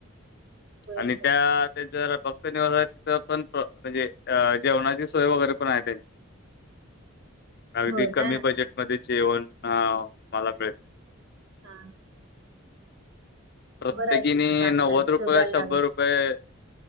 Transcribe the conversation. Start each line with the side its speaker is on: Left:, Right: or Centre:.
Right: बर
Left: आणि
Right: बर
Left: त्यात जरा भक्त निवास आहे तिथं पण म्हणजे अ जेवणाची सोय वगैरे पण आहे त्यांची. अगदी
Right: हो
Left: कमी
Right: का
Left: बजेटमध्ये जेवण आ तुम्हाला भेटते.
Right: हा.
Left: प्रत्येकीने
Right: बरं आहे की मग चांगला
Left: नवद
Right: आहे
Left: रुपय
Right: शोधायला
Left: का शंभर
Right: लागत
Left: रुपय